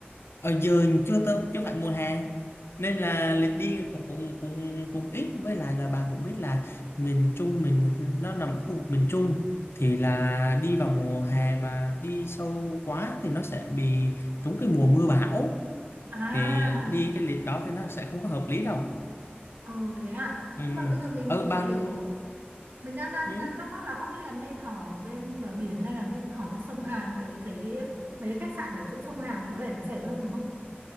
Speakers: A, on the left (about 80°); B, on the right (about 60°).
A: ở giờ chưa tới chưa phải mùa hè nên là lịch đi cũng cũng cũng cũng ít với lại là bà cũng biết là miền Trung mình nó nằm ở khu vực miền Trung thì là đi vào mùa hè mà đi sâu quá thì nó sẽ bị trúng cái mùa mưa bão
B: à
A: thì đi cái lịch đó thì nó sẽ không có hợp lý đâu
B: ờ thế à
A: ừ.
B: nhưng mà bây giờ mình
A: ở
B: mình
A: ban
B: kiểu mình đang đang
A: ừ.
B: đang thắc mắc là không biết là nên ở bên bờ biển hay là nên ở bên sông Hàn tại vì thấy mấy khách sạn ở chỗ sông Hàn có vẻ nó rẻ hơn đúng không